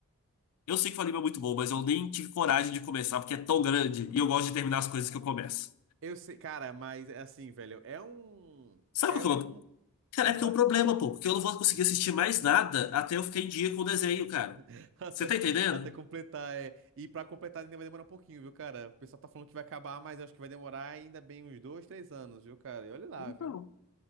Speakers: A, on the left; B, on the right.
A: Eu sei que o anime é muito bom, mas eu nem tive coragem de começar, porque é tão grande e eu gosto de terminar as coisas que eu começo.
B: Eu sei, cara, mas é assim, velho, é um.
A: Sabe
B: É
A: qual
B: um.
A: que é o. Cara,
B: Opa,
A: é porque é um problema, pô, porque eu não vou conseguir assistir mais nada até eu ficar em dia com o desenho, cara.
B: <laughs> até,
A: Você tá entendendo?
B: até completar, é. E pra completar ainda vai demorar um pouquinho, viu, cara? O pessoal tá falando que vai acabar, mas eu acho que vai demorar ainda bem uns dois, três anos, viu, cara? E olha lá,
A: Então.
B: viu?